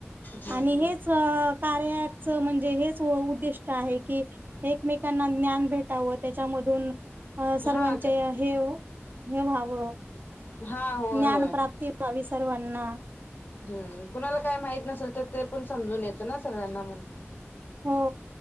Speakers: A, on the left (about 40°); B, on the right (about 45°).
A: हम्म
B: आणि हेच अ कार्या ऑपच म्हणजे हेच उ उद्दिष्ट आहे की एकमेकांना ज्ञान भेटावं त्याच्यामधून. अ सर्वांचे
A: हा
B: हे हे व्हाव
A: हा होय
B: ज्ञान
A: होय
B: प्राप्ती व्हावी सर्वांना.
A: ह कुणाला काय माहित नसेल तर ते पण समजून येत ना सगळ्यांना म्हणून.
B: हो.